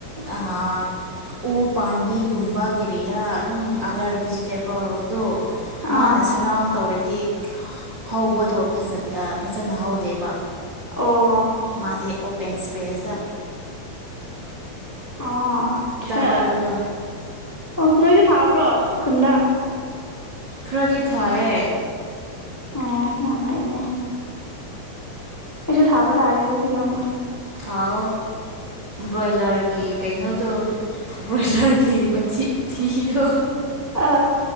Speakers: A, on the right; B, in the centre.
A: ꯑ ꯎ ꯄꯥꯝꯕꯤꯒꯨꯝꯕ ꯀꯔꯤꯔꯥ ꯑꯗꯨꯝ ꯑꯗꯔ ꯚꯤꯖꯤꯇꯦꯕꯜ ꯑꯗꯣ
B: ꯑꯥ
A: ꯃꯥꯅ ꯁꯔꯥꯎꯟ ꯇꯧꯔꯗꯤ ꯍꯧꯕꯗꯣ ꯐꯖꯅ ꯍꯧꯗꯦꯕ
B: ꯑꯣ
A: ꯃꯥꯗꯤ ꯑꯣ ꯄꯦꯟꯁ ꯄꯦꯁꯗ
B: ꯑ ꯑꯆꯥ
A: ꯍꯧꯕꯗꯣ
B: ꯑꯣ ꯅꯣꯏꯁꯨ ꯊꯥꯕ꯭ꯔꯣ ꯈꯨꯟꯗ
A: ꯈ꯭ꯔꯗꯤ ꯊꯌꯦ
B: ꯑꯣ ꯌꯥꯝ ꯐꯩꯅꯦ ꯑꯦꯁꯨ ꯊꯥꯕ ꯇꯔꯦꯁꯨ ꯅꯨꯃ
A: ꯊꯥꯎ ꯕ꯭ꯔꯣꯏꯂꯔꯒꯤ ꯀꯩꯅꯣꯗꯣ ꯕ꯭ꯔꯣꯏꯂꯔ ꯒꯤ ꯃꯊꯤꯊꯤꯗꯣ
B: ꯑ